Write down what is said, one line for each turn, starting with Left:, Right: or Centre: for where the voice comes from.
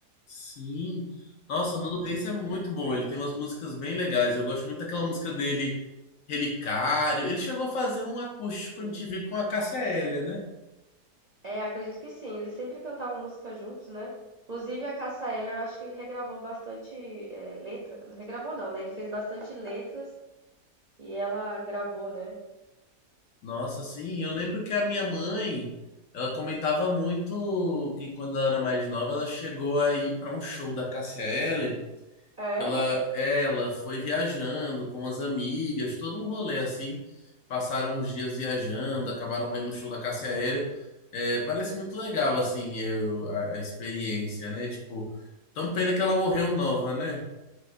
Left: Sim. Nossa, o Nando Reis é muito bom, ele tem umas músicas bem legais. Eu gosto muito daquela música dele, Relicário. Ele chegou a fazer um acústico
Right: Sim.
Left: MTV com a Cássia Eller, né?
Right: É, acredito que sim, eles sempre cantavam música juntos, né. Inclusive a Cássia Eller eu acho que regravou bastante, eh, letra regravou não, né, ele fez bastante letras e ela gravou, né.
Left: Nossa, sim, eu lembro que a minha mãe, ela comentava muito que quando ela era mais nova, ela chegou a ir para um show da Cássia Eller,
Right: É?
Left: ela, ela foi viajando com as amigas, todo um rolê assim, passaram uns dias viajando, acabaram vendo o show da Cássia Eller, É, parece muito legal, assim, eu, a, a experiência, né, tipo, tão pena
Right: Sim.
Left: que ela morreu nova, né?